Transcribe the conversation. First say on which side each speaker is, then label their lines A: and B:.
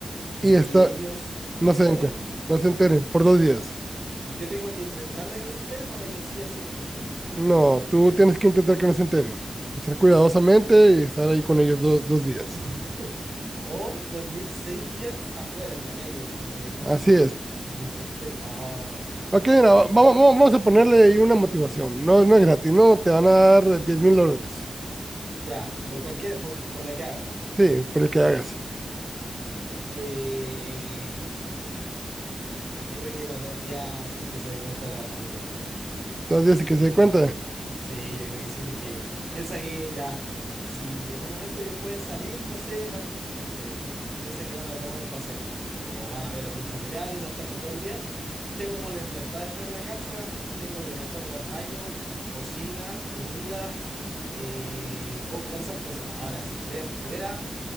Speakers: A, on the right; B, on the right.
A: y
B: Y está,
A: que ellos no
B: no
A: se
B: se
A: enteren.
B: den cuenta, no se enteren por dos días.
A: Y yo tengo que intentar de que no se enteren o ellos sí o sí no se enteran.
B: No, tú tienes que intentar que no se enteren. Estar cuidadosamente y estar ahí con ellos do- dos días.
A: <laughs> O dormir seis días afuera en la calle, así en,
B: Así es.
A: en la intemperie. Ah,
B: Ok, mira,
A: está
B: va-
A: confuso.
B: vamos, vamos a ponerle ahí una motivación. No, no es gratis, no, te van a dar diez mil dólares.
A: Ya, por cualquier, por, por la que haga.
B: Sí, por el que hagas.
A: Eh, yo creo que los dos días sin que se dé cuenta la familia.
B: Dos días y que
A: Yo
B: se dé
A: creo
B: cuenta.
A: que me- sí, yo creo que sí, porque piensa que ya, si en un momento ellos pueden salir, no sé, van, no sé, piensa que van a tomar un paseo o van a ver algún familiar y no están en todo el día. Tengo como la libertad de estar en la casa, tengo la libertad de ocupar baño, cocina, comida, eh, puedo ocupar esas cosas. Ahora, si estoy afuera,